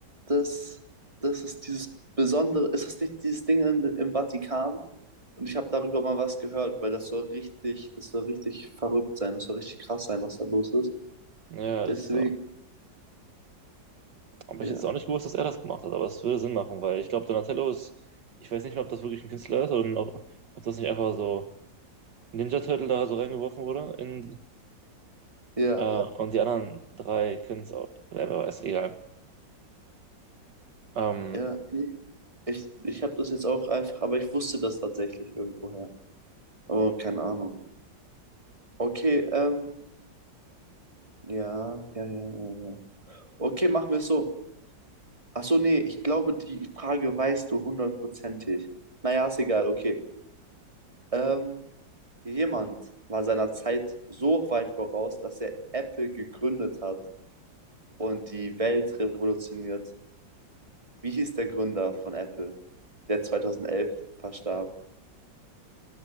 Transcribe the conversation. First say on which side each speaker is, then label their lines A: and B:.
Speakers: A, on the right; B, on the right.
A: dass, dass es dieses Besondere ist, das nicht dieses Ding in, im Vatikan? Und ich habe darüber mal was gehört, weil das soll richtig, das soll richtig verrückt sein, das soll richtig krass sein, was da los ist.
B: Ja, ist
A: Deswegen,
B: es auch. Aber
A: ja,
B: ich hätte jetzt auch nicht gewusst, dass er das gemacht hat, aber es würde Sinn machen, weil ich glaube, Donatello ist, ich weiß nicht mal, ob das wirklich ein Künstler ist oder ob, ob das nicht einfach so Ninja Turtle da so reingeworfen wurde in
A: ja,
B: Äh, und die anderen drei können es auch, ja, wer weiß, egal. Ähm,
A: ja. Nee, Ich, ich habe das jetzt auch einfach, aber ich wusste das tatsächlich irgendwoher. Oh, keine Ahnung. Okay, ähm, ja, ja, ja, ja, ja. Okay, machen wir es so. Ach so, nee, ich glaube, die Frage weißt du hundertprozentig. Naja, ist egal, okay. Ähm, Jemand war seiner Zeit so weit voraus, dass er Apple gegründet hat und die Welt revolutioniert. Wie hieß der Gründer von Apple, der 2011 verstarb?